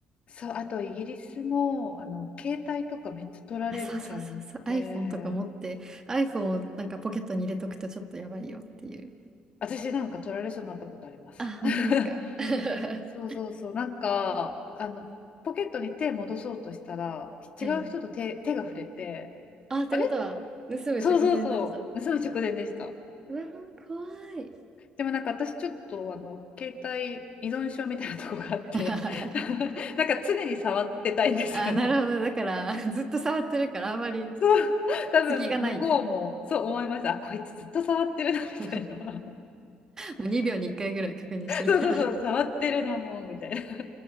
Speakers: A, on the left; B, on the right.
A: そう、あとイギリスも、あの、携帯とかめっちゃ取られちゃうんで、
B: あそうそうそうそう。iPhone とか持って、iPhone をなんかポケットに入れとくとちょっとやばいよっていう。
A: 私なんか取られそうになったことあります。
B: あ、本当ですか。
A: <laughs>
B: <laughs>
A: そうそうそう。なんか、あの、ポケットに手戻そうとしたら、
B: はい。
A: 違う人と手、手が触れて、
B: あ、ってことは、
A: あれ
B: 盗む直前だった。
A: そうそうそう。盗む直前でした。
B: うわー、怖い。
A: でもなんか私ちょっとあの携帯依存症みたいなとこがあって
B: <laughs>
A: <laughs> なんか常に触ってたいんですよ
B: あ、なるほど。だから、<laughs> ずっと触ってるから、あんまり
A: <laughs> そう多分向こうもそう思いましたあこいつずっと触ってるなみたいな
B: 隙がないんだ。<laughs> もう2秒に1回ぐらい確認してるから、
A: <laughs> そうそうそう触ってるなもうみたいな